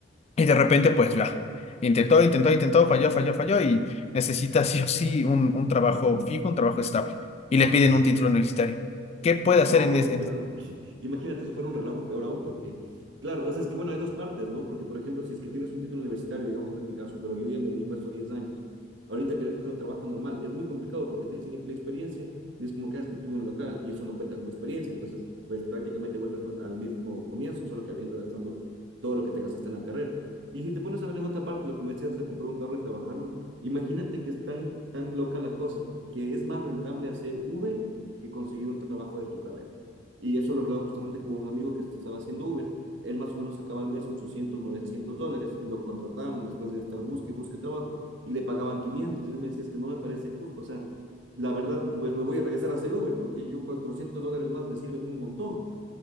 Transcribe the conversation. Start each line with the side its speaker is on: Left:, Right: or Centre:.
Left: y de repente, pues, va. Intentó, intentó, intentó, falló, falló, falló y necesita sí o sí un, un trabajo fijo, un trabajo estable y le piden un título universitario. ¿Qué puede hacer
Right: No,
Left: en,
Right: pues
Left: ese-
Right: eso fuera, <laughs> imagínate, eso fuera un relajo peor aún, porque, claro, o sea, es que bueno, hay dos partes, ¿no? Porque, por ejemplo, si es que tienes un título universitario, digamos que es mi caso, pero yo ya me dedico a esto 10 años, ahorita querer coger un trabajo normal es muy complicado porque te dicen "¿Y la experiencia, y es como que "Ah, es que tuve un local y eso no cuenta como experiencia, entonces, pues prácticamente vuelves al mismo comienzo, solo que habiendo gastando todo lo que te gastaste en la carrera. Y si te pones a ver en otra parte lo que me decías de comprar un carro y trabajarlo, imagínate que es tan, tan loca la cosa, que es más rentable hacer Uber que conseguir un trabajo de tu carrera. Y eso lo hablaba justamente con un amigo que estaba haciendo Uber. Él más o menos sacaba al mes 800 900 dólares y lo contrataron después de estar busque y busque trabajo y le pagaban quinientos Y él me decía, es que no me parece justo. O sea, la verdad, pues me voy a regresar a hacer Uber porque yo 400 dólares más me sirven un montón.